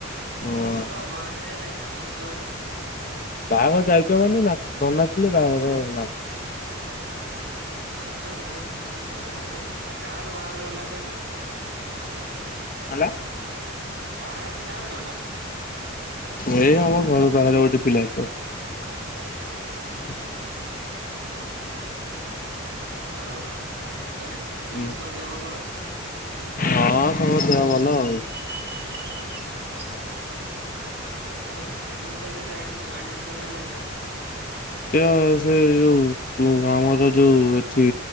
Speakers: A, on the left (about 40°); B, on the right (about 55°).
A: ହଁ
B: ହବ ତ ବାହାଘରିଆ ଯାଇଛ ନାଚ ହବନି ଆଉ।
A: ବାହାଘର ଯାଇଛ ମାନେ ନା ନ ନାଚିଲେ ବାହାଘର ନାଇଁ।
B: ଅଁ। ନାଚ ମଉଜ ମସ୍ତି ସବୁ ହବ ଆଉ କାହାର ବାହାଘର ହେଲା କହିଲ।
A: ହେଲା।
B: ବାହାଘର କାହାର ଗଲା।
A: ଏଇ ଆମ ଘର ପାଖରେ ଗୋଟେ ପିଲା ର।
B: ଓ ଆଚ୍ଛା।
A: ହୁଁ।
B: ଆଉ ଘରେ ସମସ୍ତଙ୍କ
A: ହୁଁ।
B: ଦେହ ଭଲ ଅଛି।
A: ହଁ ସବୁ ଦେହ ଭଲ ଆଉ।
B: ଆଛା ଆଉ। କୋଉ କଲେଜରେ ଆଡ଼ମିସ ଆଡିମିସନ ହେଲା ଫେରେ।
A: ସିଏ ସିଏ ଯୋଉ ଆମର ଯୋଉ ଏ ସେ